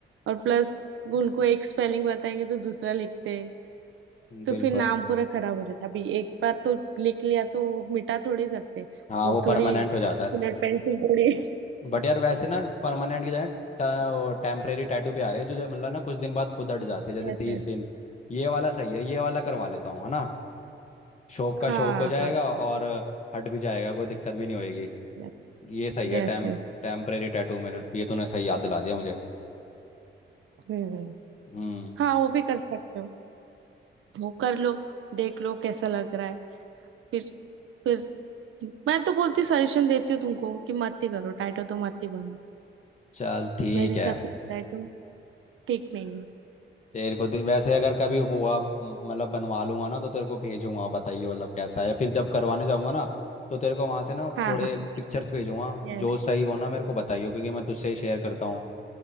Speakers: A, on the right; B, on the left.
A: और प्लस उनको एक स्पेलिंग बताएंगे तो दूसरा लिखते हैं तो
B: बिल्कुल
A: फिर नाम पूरा खराब हो जाता है अभी एक बार तो लिख लिया तो वो मिटा थोड़ी सकते
B: हाँ
A: वो
B: वो
A: थोड़ी
B: परमानेंट हो जाता है
A: पेंसिल थोड़ी
B: बट यार वैसे ना परमानेंट की जगह
A: <laughs>
B: टेम्परेरी टैटू भी आ रहे हैं जो जो मतलब ना कुछ दिन बाद खुद हट जाते हैं
A: यस
B: जैसे तीस दिन ये वाला सही है ये वाला करवा लेता हूँ है ना शौक का
A: हाँ
B: शौक हो जाएगा
A: हाँ
B: और हट भी जाएगा कोई दिक्कत भी नहीं होगी
A: Yes
B: ये सही है
A: yes
B: टेम टेम्परेरी टैटू मेरे ये तूने सही याद दिला दिया मुझे
A: हम्म
B: हम्म
A: हाँ वो भी कर सकते हो वो कर लो देख लो कैसा लग रहा है फिर फिर मैं तो बोलती सजेशन देती हूँ तुमको कि मत ही करो टाइटो तो मत ही बनाओ
B: चल ठीक
A: मेरे हिसाब
B: है
A: से टाइटो ठीक नहीं है
B: तेरे को दे- वैसे अगर कभी हुआ म- मतलब बनवा लूंगा ना तो तेरे को भेजूंगा बताइए मतलब कैसा है फिर जब करवाने जाऊंगा ना तो तेरे को वहां से ना
A: हाँ
B: थोड़े
A: हाँ
B: पिक्चर्स भेजूंगा
A: Yes
B: जो सही हो ना मेरे को बताइयो क्योंकि मैं तुझसे ही शेयर करता हूँ